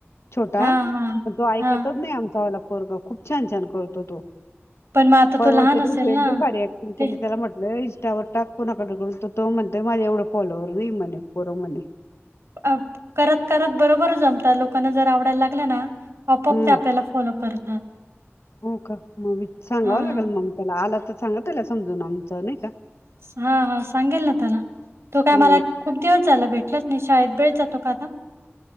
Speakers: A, on the left; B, on the right.
A: छोटा
B: हां हां
A: पण तो ऐक
B: हां
A: एकतच नाही आमचा वाला पोरगा खूप छान छान करतो तो.
B: पण मग आता
A: परवाच्या
B: तो लहान असेल
A: दिवशी एकदम
B: ना
A: भारी अँक्टि ग
B: ते
A: केली त्याला म्हटलं इंस्टावर टाक कोणाकडुन तर तो म्हणतोय माझा एवढं फॉलोवर नाही म्हणे पोर म्हणे.
B: अ करत करत बरोबर जमत लोकांना जर आवडायला लागल ना आपोआप
A: हम्म
B: ते आपल्याला फॉलो करतात.
A: हो का मग मी सांगाव
B: हां.
A: लागेल मग त्याला आला तर सांगा त्याला समजून आमचा नाही का.
B: हा हा सांगेल ना त्याला. तो काय
A: हा
B: मला खूप दिवस झाल भेटलाच नाही शाळेत वेळेत जातो का आता.